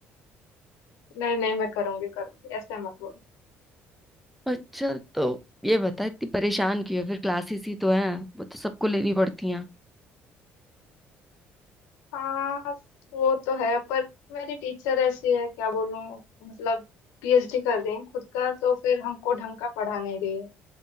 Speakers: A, on the left; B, in the centre.
A: नहीं नहीं मैं करूंगी करूंगी ऐसे मत बोल
B: अच्छा तो ये बता इतनी परेशान क्यों है फिर क्लासेस ही तो है वो तो सबको लेनी पड़ती हैं
A: हाँ वो तो है पर मेरी टीचर ऐसी है क्या बोलूं मतलब पीएचडी कर रही हैं खुद का तो फिर हमको ढंग का पढ़ाने गई है